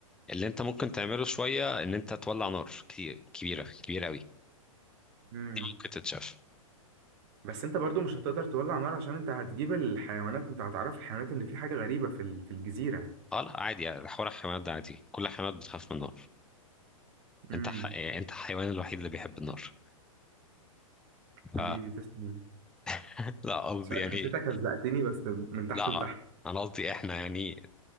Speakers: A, in the centre; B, on the right.
A: اللي انت ممكن تعمله شويه ان انت تولع نار كتير كبيره كبيره قوي
B: امم
A: دي ممكن تتشاف
B: بس انت برضو مش هتقدر تولع نار عشان انت هتجيب الحيوانات انت هتعرف الحيوانات ان في حاجة غريبة في ال- في الجزيرة
A: اه لا عادي يعني حوار الحيوانات ده عادي كل الحيوانات بتخاف من النار
B: امم
A: انت ح... يعني انت الحيوان الوحيد اللي بيحب النار ف...
B: حبيبي تسلم
A: <laughs> لا قصدي
B: مش عارف
A: يعني
B: حسيتك هزقتني بس من تحت
A: لا
B: لتحت
A: انا قصدي احنا يعني